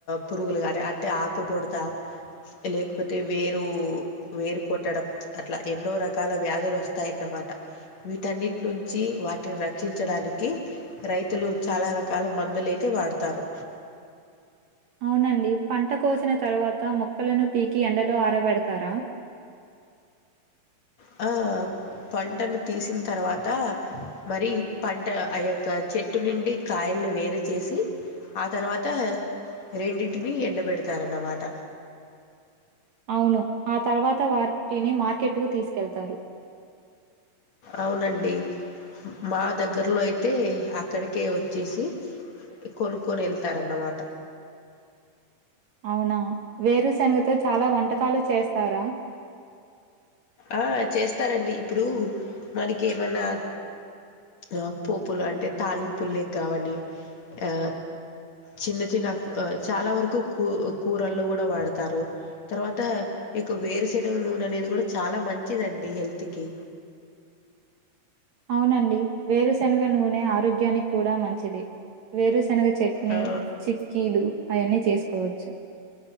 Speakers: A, on the left; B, on the right.
A: పురుగులు కానీ అంటే ఆకుబుడత లేకపోతే వేరు వేరు కొట్టడం అట్లా ఎన్నో రకాల వ్యాధులు వస్తాయన్నమాట వీటన్నిటి నుం చ్చి వాటిని రక్షించడానికి రైతులు చాలా రకాల మందులైతే వాడుతారు
B: అవునండి పంట కోసిన తరవా త మొక్కలను పీకి ఎండలో ఆరబెడతారా
A: హా పంటను తీసిన తర్వాత మరి పంట ఆ యొక్క చెట్టు నుండి కాయల్ని వేరు చేసి ఆ తర్వాత రెండింటిని ఎండబెడతారన్నమాట
B: అవును ఆ తర్వాత వాటిని మార్కెట్కు తీసుకెళ్తారు
A: అవునండి మా దగ్గర్లో అయితే అక్కడికే వచ్చేసి కొనుక్కొని వెళ్తారన్నమాట
B: అవునా వేరుశనగతో చాలా వంటకాలు చేస్తారా
A: ఆ చేస్తారండి ఇప్పుడు మనకి ఏమన్నా ఆ పోపులు అంటే తాలింపు లే కావని ఆ చిన్న చిన్న చాలా వరకు కూ కూరల్లో కూడా వాడతారు తర్వాత నీకు వేరుశనగ నూనె అనేది కూడా చాలా మంచిదండి హెల్త్ కి
B: అవునండి వేరుశనగ నూనె ఆరోగ్యానికి కూడా మంచిది వేరు శెనగ చట్నీ
A: ఆ!
B: చిక్కీలు అయన్నీ చేసుకో చ్చు